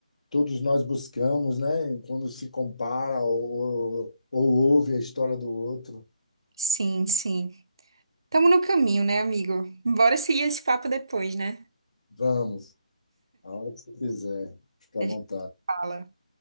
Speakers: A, on the left; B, on the right.
A: todos nós buscamos, né? Quando se compara ou, ou ouve a história do outro.
B: Sim, sim. Tamo no caminho, né, amigo? Bora seguir esse papo depois, né?
A: Vamos, a hora que você quiser, fica
B: A
A: à vontade.
B: gente fala.